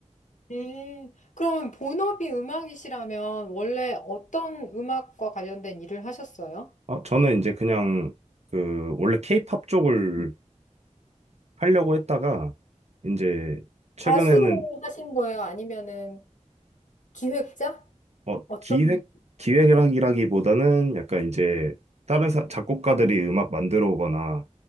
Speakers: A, on the left; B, on the right.
A: 예. 그럼 본업이 음악이시라면 원래 어떤 음악과 관련된 일을 하셨어요?
B: 어, 저는 이제 그냥 그 원래 케이팝 쪽을 하려고 했다가 이제 최근에는
A: 가수로 하신 거예요? 아니면은 기획자?
B: 어,
A: 어떤,
B: 기획 기획이라기보다는 약간 이제 다른 사- 작곡가들이 음악 만들어 오거나